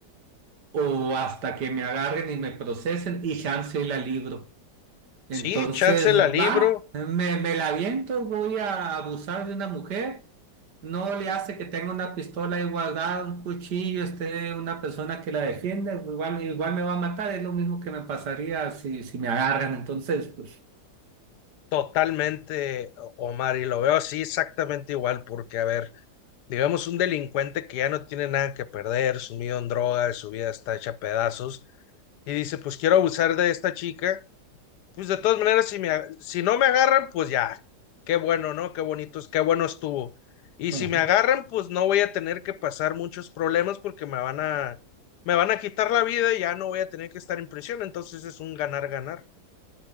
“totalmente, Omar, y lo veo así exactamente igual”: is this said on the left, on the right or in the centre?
Left